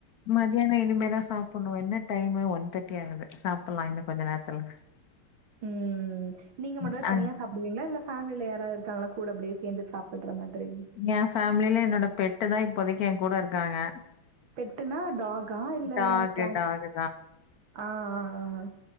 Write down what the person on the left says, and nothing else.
மத்யான இனிமேதா சாப்பணு என்ன டைமு ஒன் தேர்ட்டி ஆகுது சாப்பல்லா இன்னு கொஞ்ச நேரத்துல
ம்
அங்
ஏ ஃபேமில என்னோட பெட்டு தா இப்போதைக்கு எ கூட இருக்காங்க
டாகு
டாகு